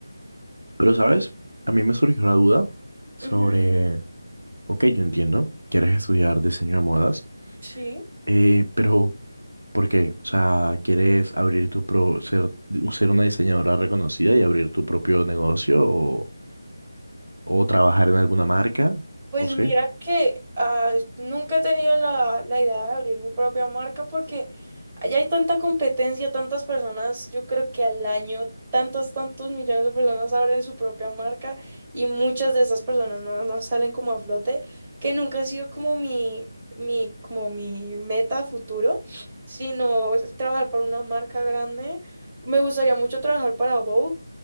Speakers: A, on the right (about 80°); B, on the right (about 25°).
A: Pero, ¿sabes? A mí me surgió la duda sobre,
B: Ujú,
A: ok, yo entiendo, quieres estudiar diseño de modas,
B: Sí.
A: eh, pero ¿por qué? O sea, ¿quieres abrir tu pro, ser, ser una diseñadora reconocida y abrir tu propio negocio o, o trabajar en alguna marca?
B: Pues
A: No sé.
B: mira que ah, nunca he tenido la, la idea de abrir mi propia marca porque allá hay tanta competencia, tantas personas, yo creo que al año tantos, tantos millones de personas abren su propia marca y muchas de esas personas no, no salen como a flote, que nunca ha sido como mi, mi, como mi meta a futuro, sino es trabajar para una marca grande. Me gustaría mucho trabajar para Vogue